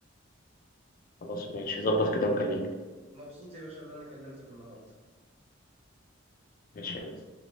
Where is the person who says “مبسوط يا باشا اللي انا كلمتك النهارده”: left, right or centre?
Right